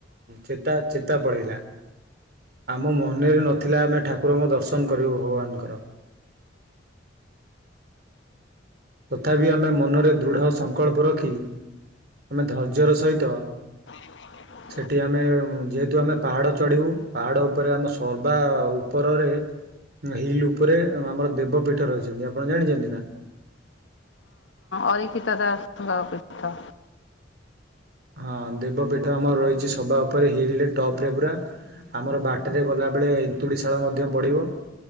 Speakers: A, on the right (about 55°); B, on the left (about 80°).
A: ଚେତା ଚେତା ପଳେଇଲା। ଆମ ମନରେ ନଥିଲା ଆମେ ଠାକୁରଙ୍କ ଦର୍ଶନ କରିବୁ ଭଗବାନଙ୍କର। ତଥାପି ଆମେ ମନରେ ଦୃଢ଼ ସଂକଳ୍ପ ରଖି ଆମେ ଧୈର୍ଯ୍ୟର ସହିତ
B: ଆ <unintelligible>
A: ସେଠି ଆମେ ଯେହେତୁ ଆମେ ପାହାଡ଼ ଚଢ଼ିବୁ ପାହାଡ଼ ଉପରେ ଆମ ସର୍ବା ଉପରରେ ହିଲ୍ ଉପରେ ଆମର ଦେବପୀଠ ରହିଛନ୍ତି ଆପଣ ଜାଣିଛନ୍ତି ନା।
B: ଅରକ୍ଷିତ ଦାସ ଙ୍କ ପିଠ।
A: ହଁ ଦେବପୀଠ ଆମର ରହିଛି ସବା ଉପରେ ହିଲରେ ଟପରେ ପୁରା। ଆମର ବାଟରେ ଗଲାବେେଳେ ଏନ୍ତୁଡ଼ି ଶାଳ ମଧ୍ୟ ପଡିବ।